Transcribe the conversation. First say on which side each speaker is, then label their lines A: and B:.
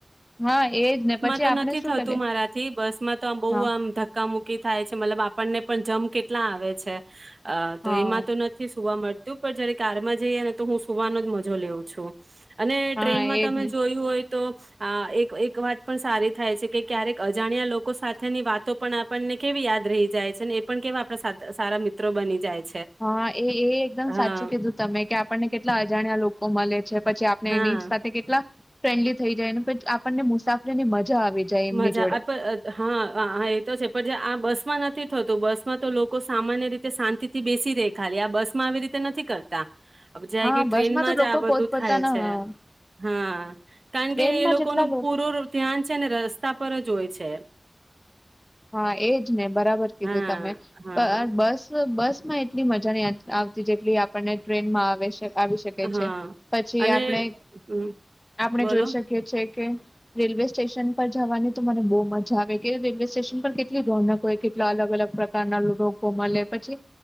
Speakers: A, on the left; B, on the right.
A: હા એજ ને પછી
B: તો
A: આપણે
B: નથી
A: શું
B: થતું
A: કરીએ
B: મારાથી બસ માં તો આમ બહુ
A: હા
B: આમ ધક્કા મુુકી થાય છે. ને મતલબ આપણને પણ જમ કેટલા આવે છે. અ તો
A: હા
B: એમાં તો નથી સુવા મળતું. જયારે કારમાં જઈએ ને તો હું સુવાનો જ મજો લઉં છું. અને
A: હા
B: ટ્રેનમાં
A: એજ
B: તમે
A: ને
B: જોયું હોય તો અ એક એક વાત પણ સારી થાય છે કે ક્યારેક અજાણ્યા લોકો સાથેની વાતો પણ આપણને કેવી યાદ રહી જાય છે, ને એ પણ કેવા આપણા સારા મિત્રો બની જાય છે.
A: હા એ એ એકદમ
B: હા
A: સાચું કીધું તમે કે આપણને કેટલા અજાણ્યા લોકો કો મલે છે. પછી આપણે
B: હા.
A: એની સાથે કેટલા ફ્રેન્ડલી થઈ જાય ને પણ આપણને મુસાફરી ની મજા આવી જાય એમની
B: મજા
A: જોડે.
B: અ પર હ હ એ તો છે પણ જે આ બસ માં નથી થતું બસમાં તો લોકો સામાન્ય રીતે શાંતિથી બેસી રહે ખાલી આ બસમાં આવી રીતે નથી કરતા. જાય
A: હા
B: કે ટ્રેન
A: બસમાં
B: માં
A: તો
B: જ
A: લોકો
B: આ બધું
A: પોતપોતાના
B: થાય છે.
A: હા
B: હા કારણ
A: ટ્રેનમાં
B: કે એ લોકો
A: જેટલા
B: ન પૂરો ધ્યાન છે ને રસ જોય છે.
A: હા એજ ને બરાબર કીધું
B: હા
A: તમે
B: હા
A: પ બસ બસ હા એટલી મજા નહીં આ આવતી જેટલી આપણને ટ્રેન માં આવે છે. આવી શકે
B: હા
A: છે પછી
B: અને
A: આપણે-આપણે
B: હમ બોલો
A: જોઈ શકીએ છે કે રેલવે સ્ટેશન પર જવાની તો મને બહુ મજા આવે કેવું રેલવે સ્ટેશન પર કેટલી રોનક હોય કેટલા અલગ અલગ પ્રકારના લો લોકો મલે પછી